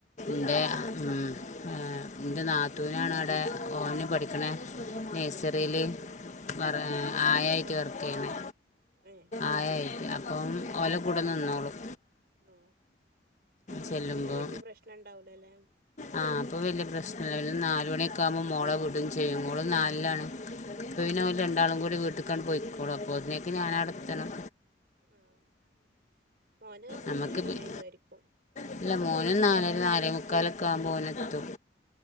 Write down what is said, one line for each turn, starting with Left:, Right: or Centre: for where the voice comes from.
Left: ന്റെ ഉം. ഏ ന്റെ നാത്തൂനാണ് അടെ ഓന് പഠിക്കണേ നേഴ്സറീൽ പറേ ആയായിട്ട്
Right: ടീച്ചറ്
Left: വർക്ക് ചെയ്യണേ.
Right: ഏഹ്
Left: ആയായിട്ട് അപ്പം ഓം ഓല കൂടെ നിനിന്നോളും.
Right: ഓ വല്യ
Left: ചെല്ലുംമ്പോ.
Right: പിന്നെ വല്യ പ്രശ്നം ഉണ്ടാവൂലല്ലേ
Left: ആ അപ്പൊ വല്ല്യ പ്രശ്നല്ല രു നാല് മണിയൊക്കെ ആവുമ്പോ മോളെ വിടും ചെയ്യും. മോള് നാലിലാണ്. അപ്പപിന്നെ
Right: ആഹ്
Left: ഓല് രണ്ടാളും കൂടി വീട്ട്ക്കാണ്ട് പോയിക്കോളും അപ്പോതിനേക്ക് ഞാൻ ഔടെത്തണം.
Right: ഉം മോന് വരണെങ്കി
Left: നമുക്ക്
Right: നേരം
Left: പി-
Right: വൈകു ആയിരിക്കും.
Left: ഇല്ല മോനും നാലെര നാലേ മുക്കാലൊക്ക ആവുമ്പ ഓനെത്തും.